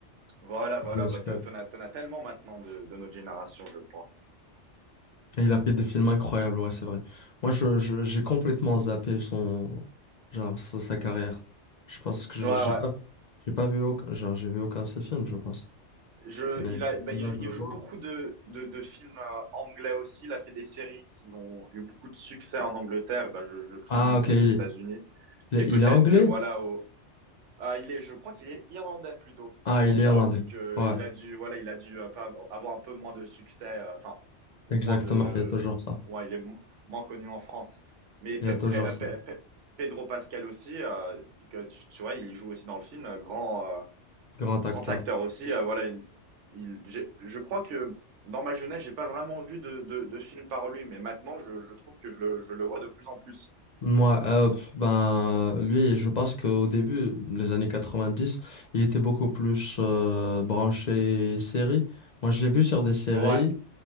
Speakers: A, on the right; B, on the left.
A: Voilà,
B: Paul
A: voilà,
B: Mescal.
A: bah, t'en t'en as, t'en as tellement maintenant de, de notre génération, je crois.
B: Et il a fait des films incroyables, ouais, c'est vrai. Moi, je, je- j'ai complètement zappé son, genre, sa, sa carrière. Je pense que je-
A: Ouais,
B: j'ai
A: ouais.
B: pas, j'ai pas vu aucun, genre, j'ai vu aucun de ses films, je pense.
A: Je,
B: Mais
A: il a, bah,
B: là,
A: il joue,
B: je
A: il
B: le
A: joue
B: vois.
A: beaucoup de, de, de films euh, anglais aussi. Il a fait des séries qui ont eu beaucoup de succès en Angleterre, bah, je, je présume
B: Ah, ok,
A: aussi
B: il
A: aux États-Unis.
B: est, il
A: Et
B: est,
A: peut-être
B: il est anglais?
A: que, voilà, au, Ah, il est, je crois qu'il est irlandais plutôt.
B: Ah,
A: C'est
B: il
A: pour
B: est
A: ça
B: irlandais.
A: aussi que
B: Ouais,
A: il a dû, voilà, il a dû euh, pas avoir un peu moins de succès, euh, enfin, ou
B: exactement,
A: moins de,
B: il y a toujours ça.
A: ouais, il est mo- moins connu en France. Mais Pe-
B: Il y a toujours
A: Pre- euh,
B: ça.
A: Pe- Pe- Pedro Pascal aussi, euh, que tu, tu vois, il joue aussi dans le film, euh, grand, euh,
B: Grand
A: grand
B: acteur.
A: acteur aussi. euh, voilà, une- il, j'ai- je crois que dans ma jeunesse, j'ai pas vraiment vu de, de, de film par lui, mais maintenant, je, je trouve que je le, je le vois de plus en plus.
B: Moi, euh, pff, ben, lui, je pense qu'au début, les années 90 il était beaucoup plus euh, branché série. Moi, je l'ai vu sur des séries.
A: Ouais.